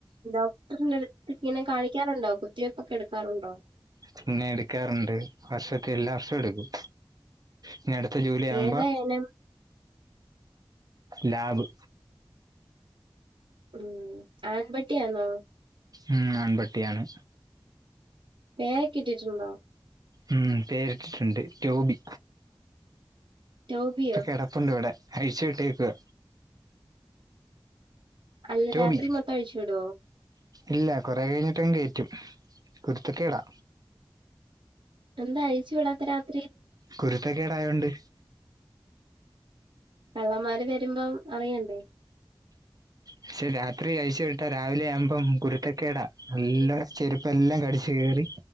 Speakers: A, on the right; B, on the right.
A: ഡോക്ടറിന്റെ അടുത്ത് ഇങ്ങനെ കാണിക്കാറുണ്ടോ കുത്തിവയ്പൊക്കെ എടുക്കാറുണ്ടോ
B: പിന്നെ എടുക്കാറുണ്ട് വർഷത്തി എല്ലാ വർഷം എടുക്കും ഇനി അടുത്ത ജൂലൈ ആവുമ്പൊ
A: ഏതാ ഇനം
B: ലാബ്
A: ഉം ആൺപട്ടിയാന്നോ
B: ഉം ആൺപട്ടിയാണ്
A: പേയെക്കിട്ടിട്ടുണ്ടോ?
B: ഉം പേരിട്ടിട്ടുണ്ട് റ്റോബി
A: ടോബിയോ
B: ഇപ്പൊ കെടപ്പുണ്ടിവിടെ അഴിച്ചു വിട്ടേക്കുവ
A: അല്ല
B: ടോബി
A: രാത്രി മൊത്തം അഴിച്ചു വിടോ
B: ഇല്ല കൊറെ കഴിഞ്ഞിട്ടിങ്ങ് കേറ്റും കുരുത്തക്കേടാ
A: എന്താ അയച്ചു വിടാത്ത രാത്
B: കുരുത്തക്കേടായോണ്ട്
A: കള്ളന്മാര് വരുമ്പം അറിയണ്ടേ
B: പക്ഷേ രാത്രി അഴിച്ചു വിട്ടാ രാവിലെ ആവുമ്പം കുരുത്തക്കേടാ എല്ലാ ചെരുപ്പെല്ലാം കടിച്ചു കീറി